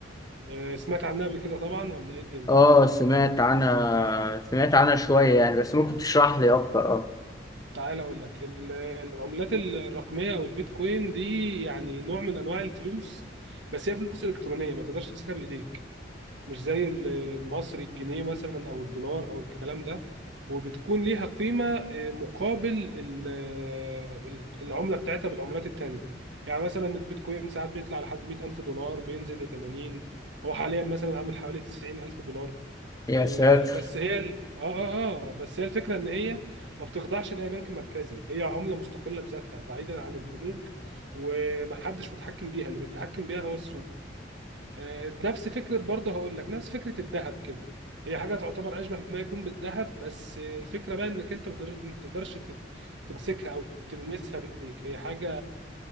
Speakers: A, on the right (about 70°); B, on the left (about 20°).
A: آه، سمعت عنها قبل كده طبعا ولا ايه الدنيا
B: اه سمعت عنها سمعت عنها شوية يعني بس ممكن تشرح لي أكتر اه
A: تعال اقول لك ال- العملات الرقميه او البيتكوين دي يعني نوع من انواع الفلوس بس هي فلوس الكترونيه ما تقدرش تمسكها بايديك مش زي ال- المصري الجنيه مثلا او الدولار او الكلام ده وبتكون ليها قيمه آه، مقابل ال- آه، العمله بتاعتها بالعملات التانيه يعني مثلا البيتكوين ساعات بيطلع لحد 100000 دولار بينزل ل 80 هو حاليا مثلا عامل حوالي 90000 دولار
B: يا
A: آه،
B: ساتر
A: بس هي ال... اه اه اه بس هي الفكره ان هي ما بتخضعش لاي بنك مركزي هي عمله مستقله بذاتها بعيدا عن البنوك ومحدش متحكم بيها اللي بيتحكم بيها هو السوق آه، نفس فكره برضه هقول لك نفس فكره الذهب كده هي حاجه تعتبر اشبه ما يكون بالذهب بس الفكره بقى انك انت ما تقدر- ما بتقدرش ت- تمسكها او تلمسها بايديك هي حاجه